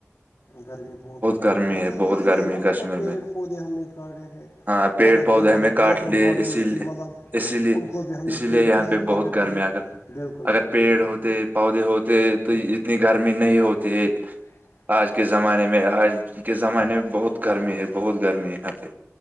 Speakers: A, on the left; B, on the right.
A: گرمی بہت ہوئی ہے
B: گرمی
A: وجہ یہی
B: بہت گرمی
A: ہے نا مطلب
B: کشمیر
A: پیڑ
B: میں
A: پودے ہم نے کاٹے ہیں
B: ہاں پیڑ
A: مطلب
B: پودے
A: جو مطلب
B: ہمیں کاٹ
A: واٹر
B: لیے
A: باڈیز
B: اسی لیے
A: تھی مطلب
B: اسی لیے
A: انن کو بھی ہم نے
B: اسی
A: فی
B: لیے یہاں
A: ک کی ان
B: پہ بہت
A: پر بھی
B: گرمیاں
A: پانی
B: اگر
A: بالکل بالکل
B: اگر
A: بالکل
B: پیڑ
A: پودے
B: ہوتے پودے ہوتے ہیں تو اتنی گرمی نہیں ہوتی ہے
A: ہے
B: آج کے زمانے میں آج کے
A: آج
B: زمانے میں بہت گرمی ہے بہت گرمی ہے یہاں پہ